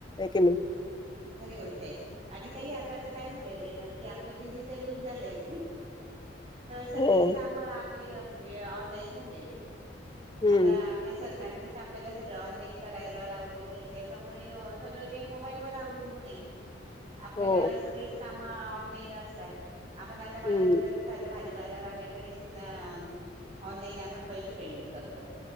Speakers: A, on the left; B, on the right.
A: कि नाही
B: खरी गोष्ट आहे आणि काही आता तर काय आप डिजिट युग झाय की सग
A: हो.
B: का म्हणजे ऑनलाईन झा
A: हं.
B: आता आपल्या स कारणीच आपल्याला सगळं ऑनलाईन करायला लावलेलं आहे त्याच्यामुळे सगळं ते मोबाईल वर अवलंबून आहे <inaudible> आपल्याला
A: हो.
B: सगळेच काम ऑनलाईन असतात आपण आता बाजारात
A: हं.
B: साध्या भाजी बाजारवाल्याकडे सुद्धा ऑनलाईन आपण पैसे पेमेंट करतो